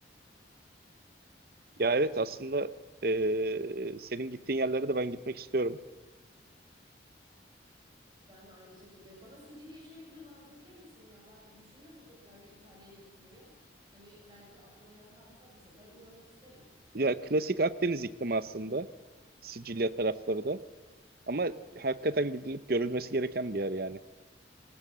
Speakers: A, on the right (about 50°); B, on the right (about 25°).
A: Ya evet aslında ee, senin gittiğin yerlere de ben gitmek istiyorum.
B: Ben de aynı şekilde. Bana Sicilya'yı şöyle biraz anlatabilir misin ya? Ben düşünüyorum tekrar bir İtalya'ya gitmeyi. Hani belki aklıma yatarsa bu sefer uğramak isterim.
A: Ya klasik Akdeniz iklimi aslında. Sicilya tarafları da. Ama hakikaten gidilip görülmesi gereken bir yer yani.